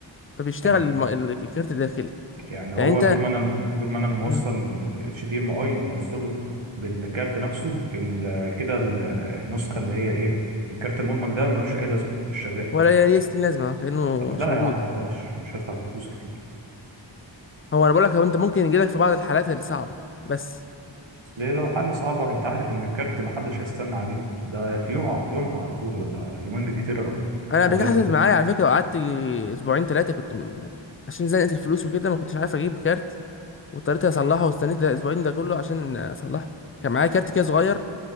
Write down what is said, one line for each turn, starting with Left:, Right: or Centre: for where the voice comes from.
Left: فبيشتغل
Right: تمام
Left: الم- الكارت الداخلي
Right: يعني
Left: يعني
Right: هو
Left: انت
Right: طول ما أنا طول ما أنا موصل
Left: مم.
Right: ال HDMI موصله بالكارت نفسه ال- كده ال- النسخة اللي هي إيه الكارت المدمج ده ملوش أي لازمة مش شغال
Left: ولا ليه ستين لازمة كأنه
Right: طب
Left: مش
Right: لا
Left: موجود
Right: يا عم
Left: أصلا
Right: بلاش مش هدفع فيه فلوس كتير
Left: هو أنا بقولك هو أنت ممكن يجيلك في بعض الحالات الصعبة بس
Right: ليه لو حالة صعبة انت عارف ان الكارت محدش هيستنى عليه ده في يوم يومها على طول ولا يومين بالكتير يا راجل
Left: أنا قبل
Right: مغيره
Left: كده حصلت معايا على فكرة وقعدت أسبوعين تلاتة كنت م- عشان زنقت الفلوس وكده ما كنتش عارف أجيب كارت واضطريت أصلحه واستنيت الأسبوعين ده كله عشان أصلحه كان معايا كارت كده صغير